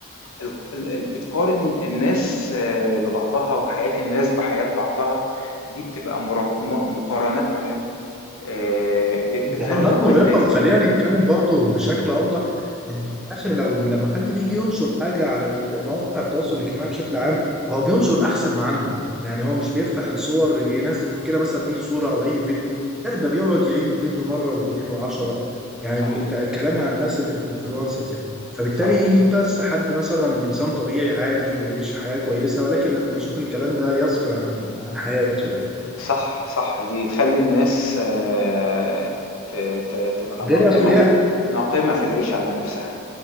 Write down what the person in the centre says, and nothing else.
المقارنات
مرهقة
وخلينا نتكلم برضو بشكل أوضح إن في الآخر لو لما حد بيجي ينشر حاجة على مواقع التواصل الاجتماعي بشكل عام هو بينشر أحسن ما عنده يعني هو مش بيفتح الصور ينزل كده مثلا أي صورة أو أي فيديو لا ده بيقعد يعيد الفيديو مرة واتنين وعشرة يعني
ده كلامي عن الناس الانفلونسرز يعني فبالتالي
يجي بس حد مثلا إنسان طبيعي عادي بيعيش حياة كويسة ولكن لما يشوف الكلام ده يزجر عن عن حياته يعني
غير
أسوياء